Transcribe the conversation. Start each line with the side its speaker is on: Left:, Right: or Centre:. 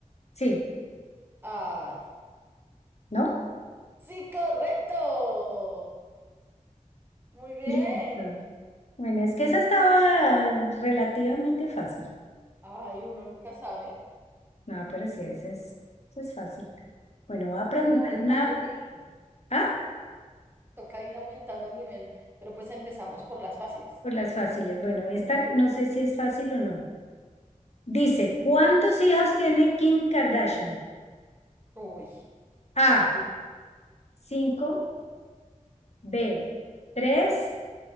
Left: sí,
Right: ay.
Left: ¿no?
Right: Sí, correcto. Muy bien.
Left: Listo. Bueno, es que esa estaba relativamente fácil.
Right: Ay, uno nunca sabe.
Left: No, pero sí, esa es, esa es fácil. Bueno, voy a
Right: Toca
Left: preguntar
Right: ir aumentando
Left: una.
Right: el nivel.
Left: Ah,
Right: Toca ir aumentando el nivel. Pero pues empezamos por las fáciles.
Left: por las fáciles. Bueno, esta no sé si es fácil o no. Dice, ¿cuántos hijos tiene Kim Kardashian?
Right: Uy,
Left: A,
Right: Dios.
Left: 5, B, 3,